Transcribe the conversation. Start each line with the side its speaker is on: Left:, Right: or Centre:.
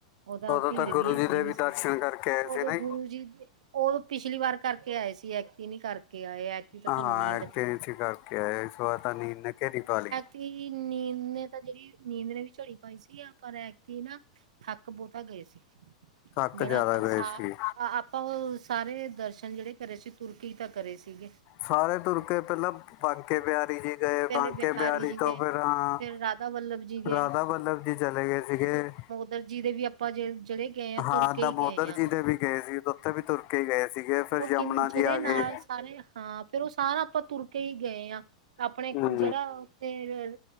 Right: ਦਾ
Left: ਉਦੋਂ
Right: ਭੀੜ
Left: ਤਾਂ ਗੁਰੂ
Right: ਵੀ ਇੰਨੀ
Left: ਜੀ ਦੇ
Right: ਨੀ ਸੀਗੀ,
Left: ਦਰਸ਼ਨ ਕਰਕੇ ਆਏ
Right: ਉਦੋਂ
Left: ਸੀ ਨਾ
Right: ਗੁਰੂ ਜੀ ਦੇ ਉਹ ਪਿਛਲੀ ਵਾਰ ਕਰਕੇ ਆਏ ਸੀ ਐਕਤੀ ਨੀ ਕਰਕੇ ਆਏ। ਤਾਂ
Left: ਹ
Right: ਸਾਨੂੰ
Left: ਹਾਂ
Right: ਨੀਂਦ
Left: ਐਟੇ ਸੀ ਕਰਕੇ ਆਏ, ਇਸ ਬਾਰ ਤਾਂ ਨੀਂਦ ਨੇ ਘੇਰੀ ਪਾ ਲਈ।
Right: ਤੇ ਨੀਂਦ ਨੇ ਤਾਂ ਜਿਹੜੀ ਨੀਂਦ ਨੇ ਵੀ ਝੜੀ ਪਾਈ ਸੀ ਅ ਪਰ ਐਤਕੀ ਨਾ ਥੱਕ ਬਹੁਤਾ ਗਏ ਸੀ,
Left: ਥੱਕ
Right: ਜਿਹੜਾ
Left: ਜ਼ਿਆਦਾ
Right: ਆਪਾਂ
Left: ਗਏ
Right: ਸਾਹ
Left: ਸੀ
Right: ਆਪਾਂ ਉਹ ਸਾਰੇ ਦਰਸ਼ਨ ਜਿਹੜੇ ਕਰੇ ਸੀ ਤੁਰਕੀ ਤਾਂ ਕਰੇ ਸੀਗੇ।
Left: ਸਾਰੇ ਤੁਰ ਕੇ ਪਹਿਲਾਂ ਬਗਕੇ ਬਿਆਰੀ ਜੀ। ਗਏ,
Right: ਪਹਿਲੇ
Left: ਬਾਂਕੇ
Right: ਬਿਹਾਰੀ
Left: ਬਿਆਰੀ
Right: ਜੀ
Left: ਤੋਂ
Right: ਦੇ
Left: ਫਿਰ ਹਾਂ
Right: ਫਿਰ ਰਾਧਾ ਵੱਲਭ ਜੀ ਗਏ
Left: ਰਾਧਾ ਵੱਲਭ ਜੀ ਚਲੇ ਗਏ ਸੀਗੇ।
Right: ਦਰਜੀ ਦੇ ਵੀ ਆਪਾਂ ਜ ਜਿਹੜੇ ਗਏ ਆ
Left: ਹਾਂ
Right: ਤੁਰ ਕੇ
Left: ਦਮੋਦਰ
Right: ਹੀ ਗਏ ਆ
Left: ਜੀ ਦੇ ਵੀ ਗਏ ਸੀ ਉੱਥੇ ਵੀ ਤੁਰਕੇ ਗਏ ਸੀਗੇ, ਫਿਰ
Right: ਉਹ
Left: ਯਮੁਨਾ
Right: ਕਿ ਜਿਹੜੇ
Left: ਜੀ ਆ
Right: ਨਾਲ
Left: ਗਏ।
Right: ਸਾਰੇ ਹਾਂ ਫੇਰ ਉਹ ਸਾਰਾ ਆਪਾਂ ਤੁਰ ਕੇ ਈ ਗਏ ਆ। ਆਪਣੇ
Left: ਹਮ
Right: ਇੱਕ ਜਿਹੜਾ ਫੇਰ